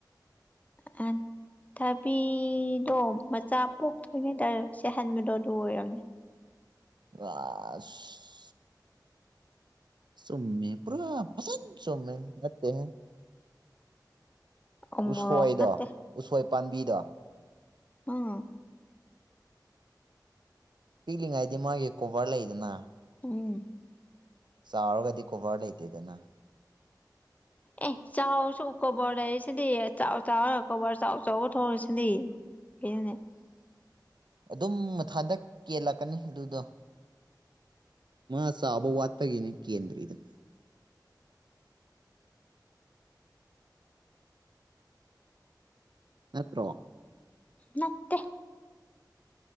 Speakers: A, on the left; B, on the right.
A: ꯑ ꯊꯕꯤꯗꯣ ꯃꯆꯥ ꯄꯣꯛꯇ꯭ꯔꯤꯉꯩꯗꯔꯦ ꯁꯤꯦꯍꯟꯕꯗꯣ ꯑꯗꯨ ꯑꯣꯏꯔꯝꯅꯦ
B: ꯔꯁ ꯁꯣ ꯄꯨꯔꯥ ꯄꯁꯟ ꯁꯣꯝꯃꯦ ꯂꯦ ꯍꯦ
A: ꯎꯃꯣꯔꯣꯛ
B: ꯎꯁꯣꯏꯗꯣ
A: ꯅꯠꯇꯦ
B: ꯎꯁꯣꯏ ꯄꯥꯝꯕꯤꯗꯣ
A: ꯄꯥ
B: ꯄꯤꯛꯂꯤꯉꯩꯗꯤ ꯃꯥꯒꯤ ꯀꯣꯕꯔ ꯂꯩꯗꯅ
A: ꯎ
B: ꯆꯥꯎꯔꯒꯗꯤ ꯀꯣꯕꯔ ꯂꯩꯇꯦꯗꯅ
A: ꯑꯦ ꯆꯥꯎꯁꯨ ꯀꯣꯕꯔ ꯂꯩꯔꯤꯁꯤꯅꯦ ꯆꯥꯎ ꯆꯥꯎ ꯀꯣꯕꯔ ꯆꯥꯎ ꯆꯥꯎꯕ ꯊꯣꯡꯉꯁꯤꯅꯦ ꯑꯦ
B: ꯑꯗꯨꯝ ꯃꯊꯥꯟꯗ ꯀꯦꯜꯂꯥꯛꯀꯅꯤ ꯑꯗꯨꯗꯣ ꯃꯥ ꯆꯥꯕ ꯋꯥꯠꯇꯒꯤꯅꯦ ꯀꯦꯟꯗ꯭ꯔꯤꯗꯅ ꯅꯠꯇ꯭ꯔꯣ
A: ꯅꯠꯇꯦ